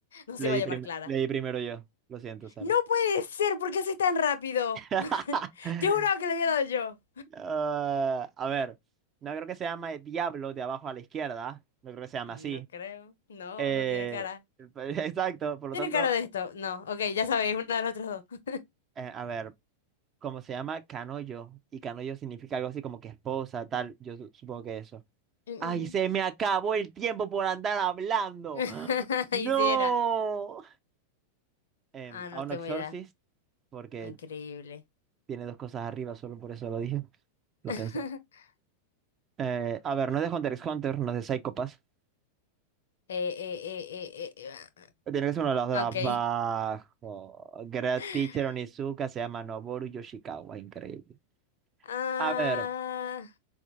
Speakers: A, on the left (about 65°); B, on the right (about 25°).
A: No
B: le
A: se iba
B: di
A: a llamar
B: prim-
A: Clara.
B: le di primero yo, lo siento, Sara.
A: No puede ser, ¿por qué haces tan rápido?
B: <laughs>
A: <laughs> Yo juraba que le había dado yo.
B: Ah, a ver, no creo que se llame Diablo de abajo a la izquierda, no creo que se llame
A: No
B: así.
A: creo. No,
B: Eh,
A: no tiene cara.
B: <laughs> exacto, por
A: Tiene
B: lo tanto,
A: cara de esto. No, ok, ya sabéis, uno de los otros dos. <laughs>
B: eh, a ver. como se llama Canoyo, y Canoyo significa algo así como que esposa, tal, yo su- supongo que eso.
A: Mm,
B: ¡Ay,
A: ujú.
B: se me acabó el tiempo por andar hablando!
A: <laughs>
B: ¡Ah! ¡No!
A: Y si era.
B: Em,
A: Ah,
B: a
A: no
B: un
A: tengo
B: Exorcist,
A: idea.
B: porque
A: Ah, Increíble.
B: tiene dos cosas arriba, solo por eso lo dije, lo
A: <laughs>
B: pensé. Eh, a ver, no es de Hunter x Hunter, no es de Psycho Pass.
A: Eh, eh, eh, eh, eh,
B: Tiene que ser uno de los de
A: ah,
B: abajo.
A: ok.
B: Great
A: <laughs>
B: Teacher Onizuka se llama Noboru Yoshikawa, increíble.
A: Ah,
B: A ver.